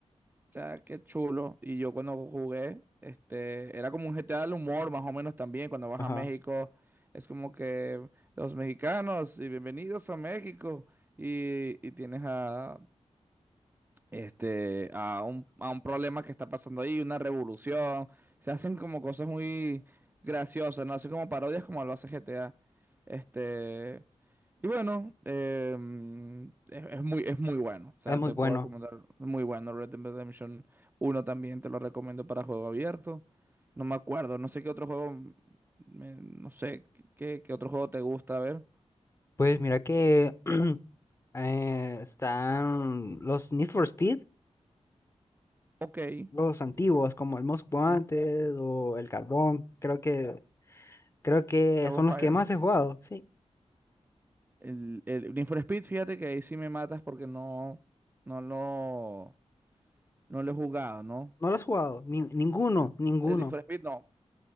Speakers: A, on the right; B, on the left.
A: o sea, qué chulo. Y yo cuando jugué, este, era como un GTA del humor, más o menos también, cuando vas
B: Ajá,
A: a México, es como que los mexicanos, y bienvenidos a México, y, y tienes a, este, a un, a un problema que está pasando ahí, una revolución. Se hacen como cosas muy graciosas, ¿no? Así como parodias como lo hace GTA. Este, y bueno, em, es, es muy, es muy bueno. O sea,
B: es muy
A: te
B: bueno.
A: puedo recomendar, muy bueno. Red Dead Redemption uno también te lo recomiendo para juego abierto. No me acuerdo, no sé qué otro juego, mm, me- no sé qué, qué otro juego te gusta, a ver.
B: Pues mira que <clears throat> eh, están los Need for Speed.
A: Ok.
B: los antiguos,
A: Yes.
B: como el Most
A: Ujú.
B: Wanted o el Carbón, creo que, creo que
A: Dragon
B: son
A: Fire,
B: los que más he jugado, sí.
A: El, el Need for Speed, fíjate que ahí sí me matas porque no, no lo, no lo he jugado, ¿no?
B: No los has jugado, ni- ninguno, ninguno.
A: El Need for Speed, no,